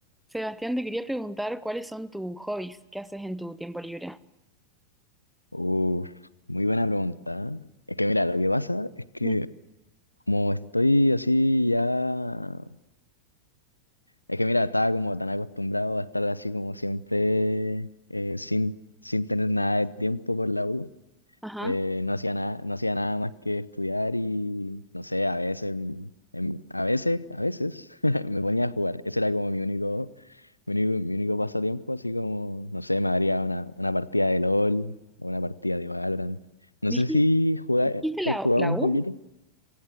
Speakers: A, in the centre; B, on the left (about 85°).
A: Sebastián, te quería preguntar cuáles son tus hobbies, qué haces en tu tiempo libre.
B: Uf, muy buena pregunta. ¿Eh? Es que mira, lo que pasa es que
A: Mm.
B: como estoy así ya... Es que mira, estaba como tan acostumbrado a estar así como siempre eh, sin, sin tener nada de tiempo por la U.
A: Ajá.
B: Eh, no hacía nada, no hacía nada más que estudiar y no sé, a veces, mm, em, a veces, a veces <laughs> me ponía a jugar. Ese era como mi único mi único, mi único pasatiempo, así como, no sé, me daría una, una partida de LOL o una partida de Valorant. No
A: ¿Dijiste,
B: sé si jugáis,
A: dijiste la,
B: ¿hay jugado
A: la
B: un
A: U?
B: poquito?